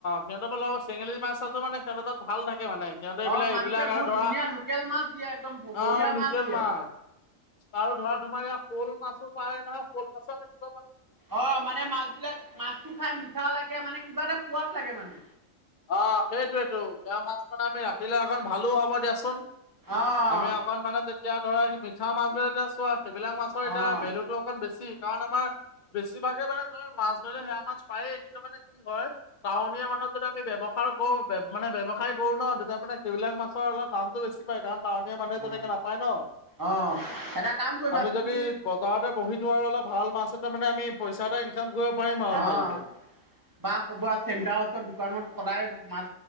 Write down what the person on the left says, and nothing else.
সিহঁতৰ বোলে চেঙেলী মাছ চলো মানে সিহঁতে তাত ভাত নে। তাকে মানে সিহঁতে এইবিলাক
এইবিলাক
আৰু ধৰা
অ লোকেল
মাছ। আৰু ধৰা তোমাৰ ইয়াৰ শ'ল মাছো পায় নহয় শ'ল মাছৰ।
অ সেইটোৱেটো মাছখন আমি ৰাখিলে কন ভালো হ'ব দিয়াচোন।
আমি অকণ মানে তেতিয়া ধৰা মিঠা মাছবোৰ এ চোৱা। সেইবিলাক মাছৰ এতিয়া
ভেলুটো অকণ বেছি কাৰণ আমাৰ। বেছিভাগে মানে মাছ ধৰিলে সেয়া মাছ পায়েই কিন্তু মানে কি হয় টাউনীয়া মানুহ যদিহে। আমি ব্যৱসাৰ কৰো মানে ব্যৱসায় কৰো ন তেতিয়া মানে সেইবিলাক মাছৰ অলপ দামটো বেছি পায় কাৰণ। টাউনীয়া মানুহে যেনেকে
নাপায় ন।
আমি
যদি বজাৰতে বহি দিওঁ আৰু অলপ ভাল মাছ এটা মানে আমি পইচা পাই। কাম কৰিব পাৰিম আৰু ভালকে।